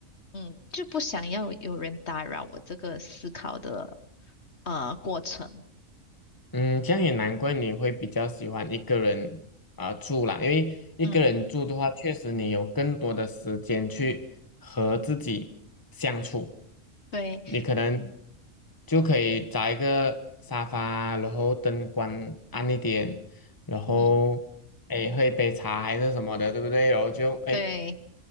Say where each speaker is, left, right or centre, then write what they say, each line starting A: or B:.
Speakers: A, on the left; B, on the left.
A: 嗯，就不想要有人打扰我这个思考的呃过程。
B: 嗯，这样也难怪你会比较喜欢一个人啊、住啦，因为一个人住的话，
A: 嗯，
B: 确实你有更多的时间去和自己相处，
A: 对，
B: 你可能就可以找一个沙发，然后灯光暗一点，然后诶喝一杯茶还是什么的，
A: 嗯，
B: 对不对？然后就诶
A: 对。